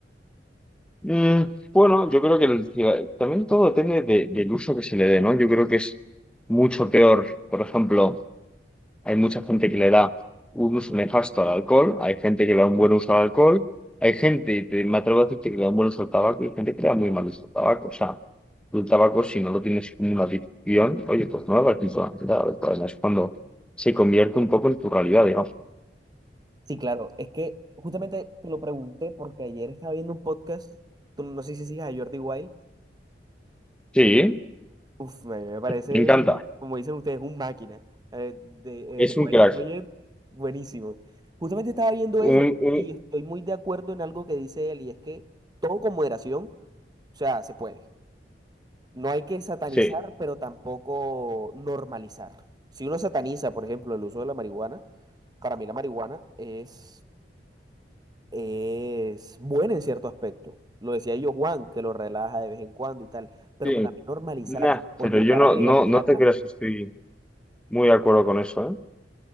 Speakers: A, in the centre; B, on the right.
A: Mm, bueno, yo creo que el ciga- también todo depende de- del uso que se le dé, ¿no? Yo creo que es mucho peor. Por ejemplo, hay mucha gente que le da un uso nefasto al alcohol, hay gente que le da un buen uso al alcohol, hay gente, y te- me atrevo a decirte que le da un buen uso al tabaco, y hay gente que le da muy mal uso al tabaco. O sea, el tabaco, si no lo tienes como una adicción, oye, pues no lo vas importante. toda la Es cuando se convierte un poco en tu realidad, digamos.
B: Sí, claro, es que justamente te lo pregunté porque ayer estaba viendo un podcast, tú no sé si sigas a Jordi Wild,
A: Sí,
B: Uf, a mí me parece,
A: me encanta.
B: como dicen ustedes, un máquina. eh, de,
A: Es
B: eh, de
A: un
B: Wild
A: crack.
B: Project, buenísimo. Justamente estaba viendo
A: Un,
B: eso
A: un,
B: y estoy muy de acuerdo en algo que dice él y es que todo con moderación, o sea, se puede. No hay que satanizar,
A: sí.
B: pero tampoco normalizar. Si uno sataniza, por ejemplo, el uso de la marihuana, para mí la marihuana es, es buena en cierto aspecto. Lo decía yo, Juan, que lo relaja de vez en cuando y tal, pero
A: Sí,
B: para mí normalizarla
A: Nah,
B: o
A: pero
B: llegar
A: yo no,
B: a legalizarla.
A: no, no te creas que estoy muy de acuerdo con eso, ¿eh?